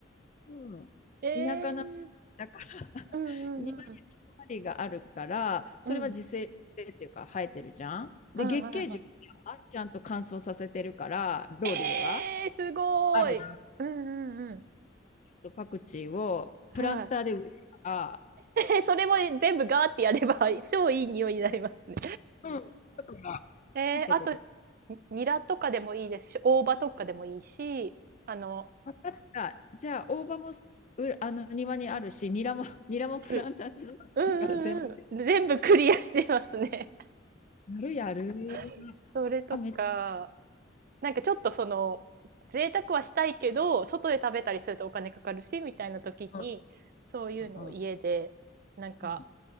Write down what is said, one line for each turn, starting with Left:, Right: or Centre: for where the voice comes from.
Left: うん。
Right: <laughs> えー、
Left: 田舎な、<laughs> だから <laughs>
Right: うんうんうん。
Left: 庭にローズマリーがあるから、それは自生、
Right: うん。
Left: 自生っていうか生えてるじゃん。で、
Right: はいはいは
Left: 月桂樹はちゃんと乾燥させてるから、ローリエは。
Right: い。えー、すごいうんうんうん。
Left: あるとパクチーをプランターで植えるから、
Right: はい。<laughs> それも全部ガーってやれば <laughs> 超いい匂いになりますね。
Left: うん。だから
Right: えー、
Left: ってこと。
Right: あと、にニラとかでもいいですし、大葉とかでもいいし、あの、
Left: 分かった。じゃあ、大葉もすうあの庭にあるし、ニラも、<laughs> ニラもプランターで育ってるから全部。
Right: うんうんうんうん。全部クリアしてますね。
Left: やるやる。
Right: <laughs> それとか、
Left: あ、めっち
Right: なんかちょっとその贅沢はしたいけど外で食べたりするとお金かかるしみたいな時にそういうのを家でなんか
Left: ゃ。うんうんうん。